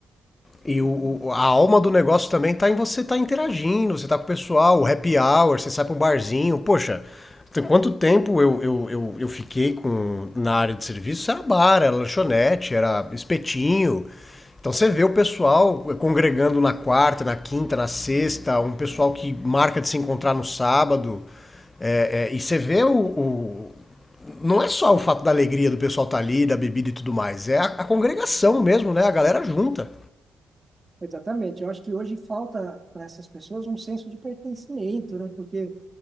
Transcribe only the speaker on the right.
Exatamente.
Exatamente. Eu acho que hoje falta para essas pessoas um senso de pertencimento, né? Porque